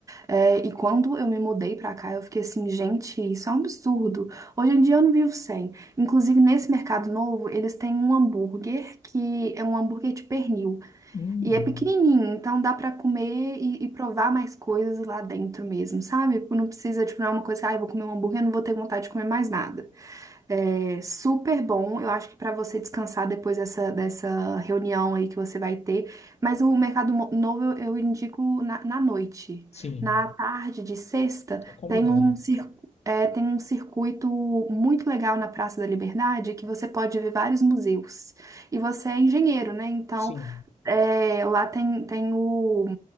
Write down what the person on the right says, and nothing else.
É, e quando eu me mudei pra cá, eu fiquei assim, gente, isso é um absurdo. Hoje em dia eu não vivo sem. Inclusive, nesse mercado novo, eles têm um hambúrguer que é um hambúrguer de pernil.
E é pequenininho, então dá pra comer e, e provar mais coisas lá dentro mesmo, sabe? Não precisa, tipo, não é uma coisa, ah, eu vou comer um hambúrguer, eu não vou ter vontade de comer mais nada. É super bom. Eu acho que para você descansar depois dessa, dessa reunião aí que você vai ter. Mas o Mercado Mo- Novo eu, eu indico na, na noite.
Na tarde de sexta,
tem um, cir- é, tem um circuito muito legal na Praça da Liberdade que você pode ver vários museus. E você é engenheiro, né? Então,
é, lá tem, tem o,